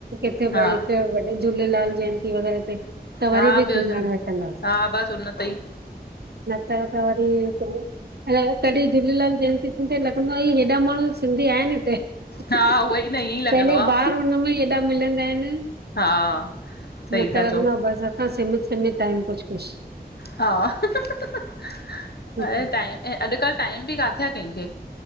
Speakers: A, on the right (about 75°); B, on the left (about 75°).
A: किथे
B: हा
A: भई हिक वॾे झूलेलाल जयंत वग़ैरह ते त
B: हा
A: वरी बि
B: ॿियो
A: सुञांणे
B: छा
A: वठंदास
B: हा बसि उन ते ई
A: त त वरी पो ह तॾी झूलेलाल जयंति थींदतई लॻंदो आ अई हेॾा माण्हूं सिंधी आहिनि हिते।
B: हा उहो
A: पहले
B: ई न ईअं ई लॻंदो आहे
A: बार, हुनमें एॾा मिलंदा इनि।
B: हा। सही
A: न त
B: था
A: लॻंदो
B: चओ
A: आ बसि, असां सीमित- सीमित आहियूं कुछु- कुछु।
B: हा, हंहंहंह
A: कुझु
B: ऐं टाइम अॼुकल्ह टाइम बि काथे आ कंहिंखे।